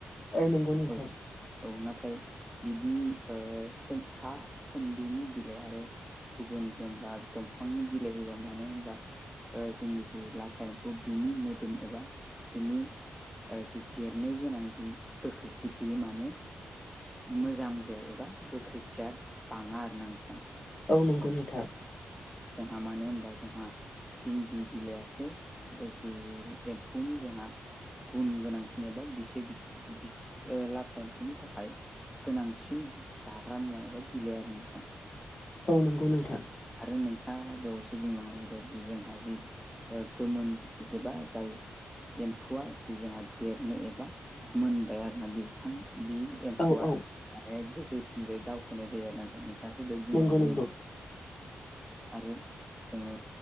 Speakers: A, on the left; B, in the centre.
A: औ नंगौ नोंथां।
B: औ औ नाथाय बिदि ओ सोम था सोमब्लिनि बिलाइ आरो गुबुन जेनबा दंफांनि बिलाइ होयोबा मानो होनब्ला ओ जोंनि जि लाटा एमखौ बिनि मोदोम एबा बिनि ओ जि देरनो गोनां जि गोख्रैथि बे माने मोजां जाया एबा गोख्रैथिया बाङा आरोना नोंथां।
A: औ नंगौ नोंथां।
B: जोंहा मानो होनबा जोंहा इन्दि बिलाइयासो जि एम्फौनि जोंहा गुन गोनांसिन एबा बिसोर बि बि ओ लाथा एम्फौनि थाखाय। गोनांसिन जाग्रा मुवा एबा बिलाइ आरो नोंथां।
A: औ नंगौ नोंथां।
B: आरो नोंथाङा दहायसो बुंलांनाय बादि जोंहा जि ओ गोमोन जेबा जाय एम्फौआ जि जोंहा देरनो एबा मोनबाय आरो ना बिथां बे एम्फौआ
A: औ औ
B: माने गोजौथिंजाय दावखोनाय जायो आरो नोंथां। नोंथाङाजे दहाय बुंलांदोंमोन।
A: नंगौ नंगौ
B: आरो जोङो